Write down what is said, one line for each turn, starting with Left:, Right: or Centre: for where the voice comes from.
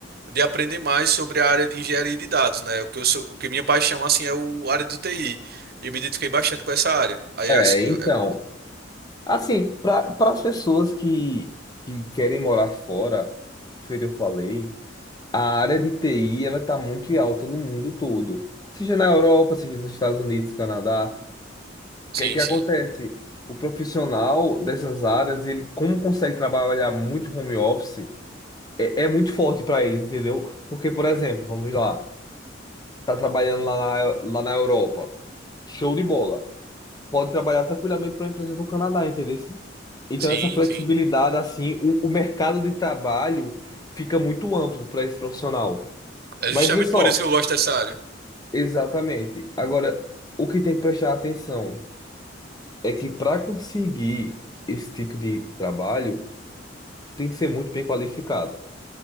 Right: de aprender mais sobre a área de engenharia de dados, né? O que eu sou, o que minha paixão, assim, é o a área do TI. E eu me identifiquei bastante com essa área. Aí
Left: é,
Right: acho que...
Left: então,
Right: eu- é-
Left: assim, para para as pessoas que, que querem morar fora, feito eu falei, a área de TI ela tá muito em alta no mundo todo, seja na Europa, seja nos Estados Unidos, Canadá. O
Right: Sim,
Left: que é que
Right: sim.
Left: acontece? O profissional dessas áreas, ele como consegue trabalhar muito home office, é, é muito forte para eles, entendeu? Porque, por exemplo, vamos lá, tá trabalhando lá na, lá na Europa, show de bola. pode trabalhar tranquilamente para uma empresa do Canadá, entendeu? Então,
Right: Sim,
Left: essa flexibilidade,
Right: sim.
Left: assim, o, o mercado de trabalho fica muito amplo para esse profissional.
Right: É
Left: Mas
Right: justamente
Left: vê só,
Right: por isso que eu gosto dessa área.
Left: exatamente. Agora, o que tem que prestar atenção é que para conseguir esse tipo de trabalho, tem que ser muito bem qualificado.